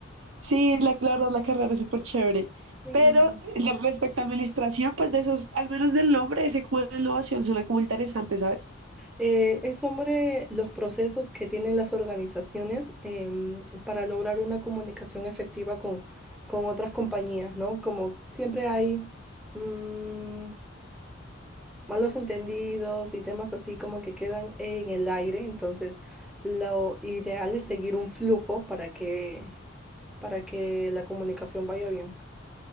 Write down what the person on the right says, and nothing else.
Sí, la, la verdad, la carrera es súper chévere.
Pero la- respecto a administración, pues de esos, al menos del nombre, ese como de innovación suena como interesante, ¿sabes?